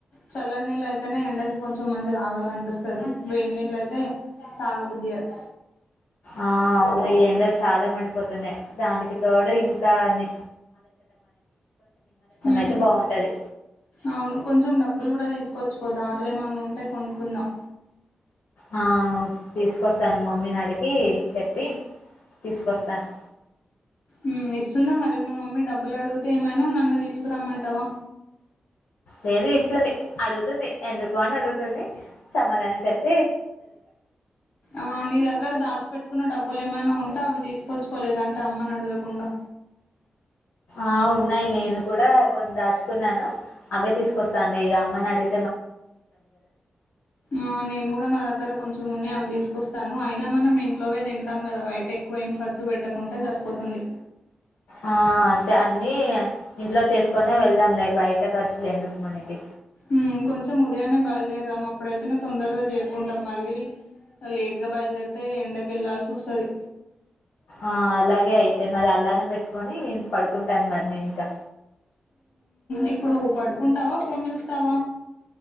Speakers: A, on the left (about 70°); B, on the left (about 90°).
A: చల్ల నీళ్ళు అయితేనే ఎండకి కొంచెం మంచిగా తాగాలనిపిస్తది వేడి నీళ్ళు అయితే తాగబుద్ది కాదు
B: ఆ అవును ఎండలు చాలా మండి పోతున్నాయి దానికి తోడు ఇ కాని
A: మ్మ్
B: అయితే బాగుంటది
A: అవును కొంచెం డబ్బులు కూడా తీసు కొచ్చుకో దార్లో ఏమన్నా ఉంటే కొనుక్కుందాం
B: ఆ తీసుకొస్తాను మమ్మీని అడిగి చెప్పి తీసుకొస్తాను
A: మ్మ్ ఇస్తుందా మరి మీ మమ్మీ డబ్బులు అడుగితే ఏమైనా నన్ను తీసుకురమ్మంటావా
B: లేదు ఇస్తుంది అడుగుతుంది ఎందుకు అని అడుగుతుంది సమాధానం చెప్త
A: ఆ నీ దగ్గర దాచిపెట్టుకున్న డబ్బులు ఏమైనా ఉంటే అవి తీసుకొచ్చుకోలేదంటే అమ్మని అడుగ కుండా
B: ఆ ఉన్నాయి నేను కూడా కొన్ని దాచుకున్నాను. అవే తీసుకొస్తా అండి ఇక అమ్మని అడిగి
A: ఆ నేను కూడా నా దగ్గర కొంచెం ఉన్నయ్ అవి తీసుకొస్ తాను అయినా మనం ఇంట్లోవే తింటాం కదా బయట ఎక్కువ ఏం ఖర్చు పెట్టకుంటే సరిపోతుంది
B: ఆ అంతే అన్నీ ఇంట్లో చేసుకొనే వెళ్దాంలే బయ ట ఖర్చులు ఎందుకు మనకి
A: మ్ కొంచెం ఉదయాన్నే బయలుదేరుదాం అప్పుడైతేనే తొందరగా చేరుకుంటాం. మళ్ళీ లేట్ గా బయలుదేరితే ఎండకి వళ్లాల్సి వస్తది
B: ఆ అలాగే అయితే మరి అలారం పెట్టుకొని పడుకుంటాను మరి నేను ఇక
A: ఇప్పుడు పడుకుంటావా ఫోన్ చూస్తావా